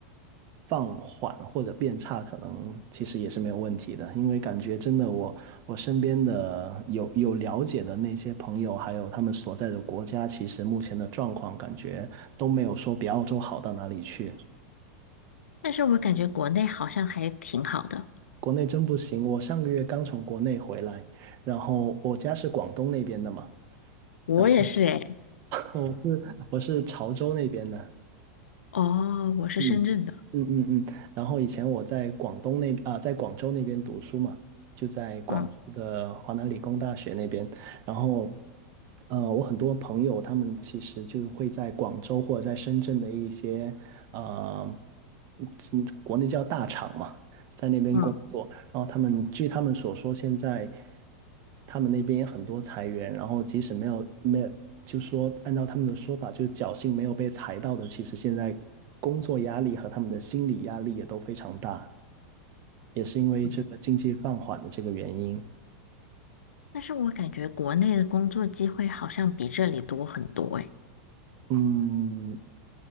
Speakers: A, on the right; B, on the left.
A: 放缓或者变差，可能其实也是没有问题的。因为感觉真的我，我身边的有有了解的那些朋友，还有他们所在的国家，其实目前的状况感觉都没有说比澳洲好到哪里去。
B: 但是我感觉国内好像还挺好的。
A: 国内真不行，我上个月刚从国内回来，然后我家是广东那边的嘛。
B: 我也是诶，
A: 然我是我是潮州那边的，
B: 哦，我是深圳的，
A: 嗯嗯嗯嗯。然后以前我在广东那啊、在广州那边读书嘛，就在广州的华南理工大学那边。
B: 嗯
A: 然后，呃，我很多朋友他们其实就会在广州或者在深圳的一些呃，嗯，国内叫大厂嘛，在那边工作。
B: 嗯
A: 然后他们据他们所说，现在他们那边也很多裁员，然后即使没有没有，就说按照他们的说法，就是侥幸没有被裁到的，其实现在工作压力和他们的心理压力也都非常大，也是因为这个经济放缓的这个原因。
B: 嗯，但是我感觉国内的工作机会好像比这里多很多诶。
A: 嗯，